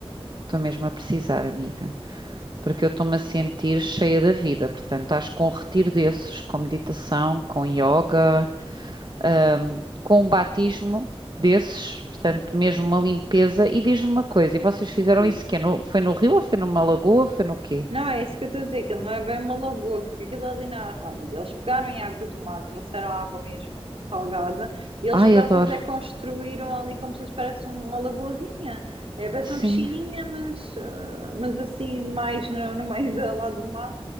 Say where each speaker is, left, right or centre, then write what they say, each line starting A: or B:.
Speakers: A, on the right; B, on the right.
A: estou mesmo a precisar, amiga, porque eu estou-me a sentir cheia da vida. Portanto, acho que com um retiro desses, com meditação, com yoga, hum, com um batismo desses, portanto, mesmo uma limpeza. E diz-me uma coisa, e vocês fizeram
B: Diz.
A: isso quê? No- foi no rio ou foi numa lagoa? Foi no quê?
B: Não, é isso que eu estou a dizer, que ele não é bem uma lagoa, que- porque aquilo é ali não é rápido. Eles pegaram em água do mar, trouxeram água mesmo salgada, e eles
A: Ai,
B: próprios
A: adoro.
B: é que construíram ali como se fosse parece um, uma lagoazinha. É, parece
A: Sim,
B: uma piscininha, mas, ah, mas assim, mais no, no meio da, lá do mato.